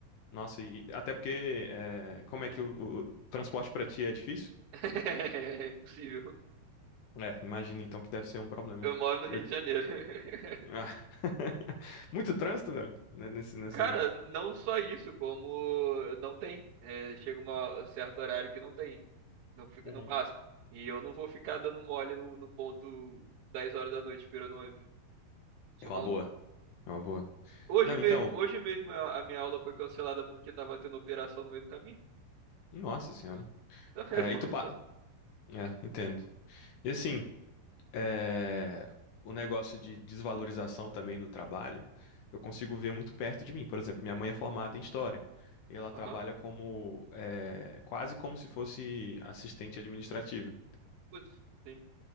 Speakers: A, on the left; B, on the right.
A: Nossa, e até porque eh, como é
B: Eu-
A: que o, o transporte pra ti é difícil?
B: <laughs> É impossível.
A: É, imagina então que deve ser um problema.
B: Eu moro no Rio
A: Eu-
B: de Janeiro. <laughs>
A: Ah. <laughs> Muito trânsito, velho, né, nesse, nessa.
B: Cara, não só isso, como não tem. É, chega um certo horário que não tem. Não fica,
A: Uhum.
B: não passa. E eu não vou ficar dando mole no, no ponto 10 horas da noite esperando o ônibus. Sou
A: É uma
B: maluco.
A: boa. É uma boa.
B: Hoje
A: Não,
B: mesmo,
A: então,
B: hoje mesmo a, a minha aula foi cancelada porque tava tendo operação no meio do caminho. <laughs>
A: nossa senhora.
B: Então,
A: É,
B: é bom,
A: e tu
B: então.
A: pa... É, entendo. E assim, é, o negócio de desvalorização também do trabalho, eu consigo ver muito perto de mim. Por exemplo, minha mãe é formada em história. E ela trabalha
B: Aham.
A: como, é, quase como se fosse assistente administrativa,
B: Putz, sim.